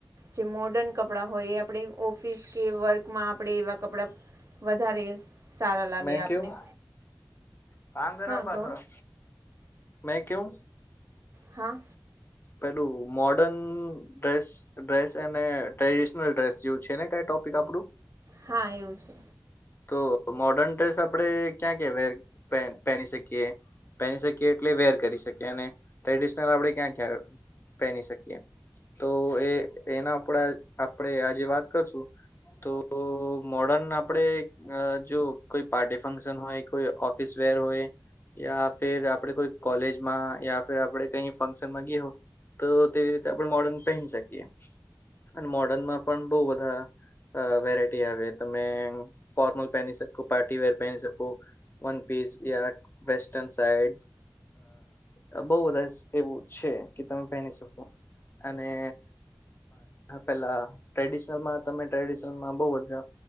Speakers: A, on the right (about 45°); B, on the left (about 30°).
A: જે મોર્ડર્ન કપડાં હોય આપણે ઓફિસ કે વર્કમાં આપણે એવા કપડા વધારે સારા લાગ્યા
B: મેં
A: આપને.
B: કેવું કામ કર
A: હા
B: થોડા
A: કહો
B: મે કેવ.
A: હા
B: પેલું મોર્ડન ડ્રેસ ડ્રેસ અને ટ્રેડિશનલ ડ્રેસ જેવું છે ને ક ટોપિક આપડું.
A: હા એવું છે.
B: તો મોર્ડર્ન ડ્રેસ આપણેે ક્યાં ક્યા વ પહેની શકીએ? પેરી શકીએ એટલે વેર કરી શકીએ અને ટ્રેડિશનલ આપણે ક્યાં ક્યાં પહેરી શકીએ? તો એ એના આપ આપણે આજે વાત કરશું તો મોર્ડન આપણેે અ જો કોઈ પાર્ટી ફંક્શન હોય કોઈ ઓફિસ વેર હોય યા ફીર આપડે કોઈ કોલેજમાં યા ફિર આપડે કઈ ફંક્શનમાં ગયા હો તો તેવી રીતે આપણે મોર્ડન પહેરી શકીએ અને મોર્ડનમાં પણ બહુ બધા અ વેરાયટી આવે તમે ફોર્મલ પહેની શકો પાર્ટીવેર પહેની શકો વનપીસ યા વેસ્ટન સાઈડ અ બઊ બધા <unintelligible> છે કે તમે પહેરી શકો અને પેલા ટ્રેડિશનલમાં તમે ટ્રેડિશનલમાં બઉ બધા